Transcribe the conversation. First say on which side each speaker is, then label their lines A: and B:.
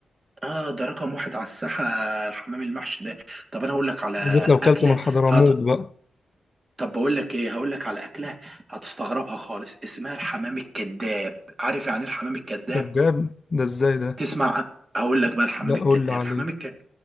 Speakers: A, on the right (about 30°); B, on the left (about 40°).
A: اه ده رقم واحد على الساحه الحمام المحشي ده طب انا هقول لك على
B: بالذات لو كلته
A: اكله
B: من حضرموت
A: هت...
B: بقى
A: طب بقول لك ايه هقول لك على اكله هتستغربها خالص اسمها الحمام الكذاب عارف يعني ايه الحمام الكذاب
B: كداب ده ازاي ده
A: تسمع عن- هقول لك بقى الحمام
B: لا قول
A: الكذاب
B: لي عليه
A: الحمام الكذاب